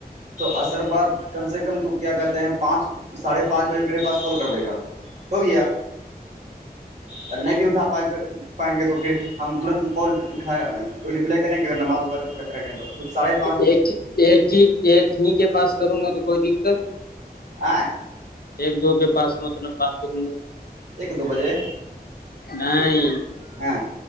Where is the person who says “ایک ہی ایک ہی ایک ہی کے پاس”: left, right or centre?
Left